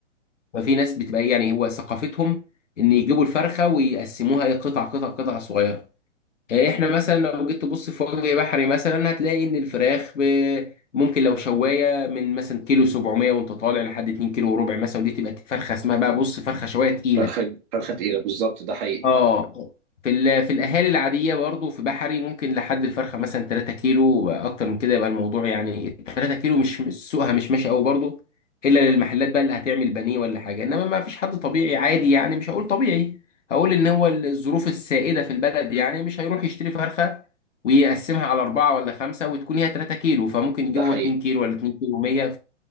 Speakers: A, on the left (about 75°); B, on the right (about 40°).
A: ففي ناس بتبقى ايه يعني هو ثقافتهم ان يجيبوا الفرخه ويقسموها ايه قطع قطع قطع صغيره آه، احنا مثلا لو جيت تبص في وجه بحري مثلا هتلاقي ان الفراخ ب- ممكن لو شوايه من مثلا كيلو 700 وانت طالع لحد 2 كيلو وربع مثلا ودي تبقى فرخه اسمها بقى بص فرخه شوايه تقيله
B: فرخة فرخة تقيلة بالظبط ده حقيقي
A: اه في ال- في الاهالي العاديه برضو في بحري ممكن لحد الفرخه مثلا 3 كيلو اكتر من كده يبقى الموضوع يعني 3 كيلو مش مش- سوقها مش ماشي قوي برضو الا للمحلات بقى اللي هتعمل بانيه ولا حاجه انما ما فيش حد طبيعي عادي يعني مش هقول طبيعي هقول ان هو الظروف السائده في البلد يعني مش هيروح يشتري فرخه ويقسمها على أربعة ولا خمسة وتكون هي 3 كيلو فممكن
B: ده
A: يجيب
B: حقيقي
A: هو 2 كيلو ولا 2 كيلو 100